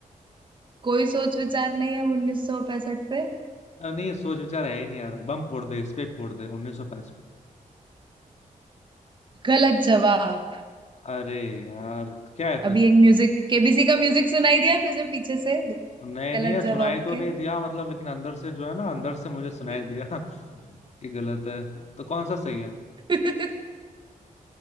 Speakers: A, on the right; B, on the left.
A: कोई सोच विचार नहीं है अब उन्नीस सौ पैंसठ पे
B: अ, नहीं सोच विचार है ही नहीं यार बम फोड़ दे इस पे फोड़ दे उन्नीस सौ पैंसठ
A: गलत जवाब
B: अरे यार क्या है
A: अभी
B: फिर
A: एक म्यूजिक केबीसी का म्यूजिक सुनाई दिया तुझे पीछे से
B: नहीं
A: गलत
B: नहीं यार सुनाई
A: जवाब
B: तो
A: के
B: नहीं दिया मतलब लेकिन अंदर से जो है ना अंदर से मुझे सुनाई
A: <laughs>
B: दिया <laughs> कि गलत है तो कौन सा सही है
A: उन्नीस